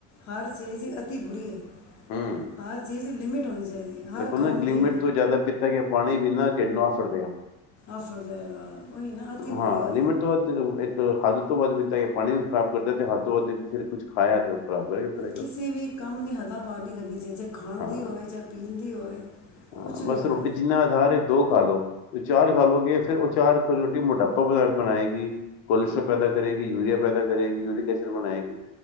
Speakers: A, on the left; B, on the left.
A: ਹਰ ਚੀਜ਼ ਦੀ ਅਤੀ ਬੁਰੀ ਹੈ
B: ਹੂੰ
A: ਹਰ ਚੀਜ਼ ਲਿਮਿਟ ਹੋਣੀ ਚਾਹੀਦੀ ਹੈ
B: ਦੇਖੋ
A: ਹਰ
B: ਨਾ
A: ਕੰਮ
B: ਇੱਕ ਲਿਮਿਟ
A: ਦੀ
B: ਤੋਂ ਜ਼ਿਆਦਾ ਕਿਤਾ ਗਿਆ ਪਾਣੀ ਵੀਨਾਂ ਟਿਡ ਆਫੜਦੇ ਆ
A: ਆਫਰ ਜਾਏਗਾ ਹੋ ਨਾ ਅੱਤੀੀ ਬੁਰੀ
B: ਹਾਂ
A: ਹੈ
B: ਲਿਮਿਟ ਤੋਂ ਵੱਧ ਇੱਕ ਹੱਦ ਤੋਂ ਵੱਧ ਪੀਤਾ ਗਿਆ ਪਾਣੀ ਵੀ ਖ਼ਰਾਬ ਕਰਦਾ ਤੇ ਹੱਦ ਤੋਂ ਵੱਧ ਫਿਰ ਕੁਛ ਖਾਇਆ ਤੇ ਖਰਾਬ ਕਰੇਗਾ ਕਰੇਗਾ
A: ਕਿਸੇ ਵੀ ਕੰਮ ਦੀ ਹੱਦਾਾਂ ਪਾਰ ਨਹੀਂ ਕਰਨੀ ਚਾਹੀਦੀ ਚਾਹੇ ਖਾਣ
B: ਹਾਂ
A: ਦੀ ਹੋਵੇ ਚਾਹੇ ਪੀਣ ਦੀ ਹੋਵੇ
B: ਹਾਂ
A: ਕੁਝ ਵੀ
B: ਬਸ
A: ਹੋਵੇ
B: ਰੋਟੀ ਜਿੰਨਾ ਆਧਾਰ ਦੋ ਖਾ ਲੋ ਚਾਰ ਖਾ ਲਓਗੇ ਫਿਰ ਉਹ ਚਾਰ ਰੋਟੀ ਮੋਟਾਪਾ ਬ ਬਣਾਏਗੀ ਕੋਲੇਸਟ੍ਰੋਲ ਪੈਦਾ ਕਰੇਗੀ ਯੂਰੀਆ ਪੈਦਾ ਕਰੇਗੀ ਯੂਰਿਕ ਐਸਿਡ ਬਣਾਏਗੀ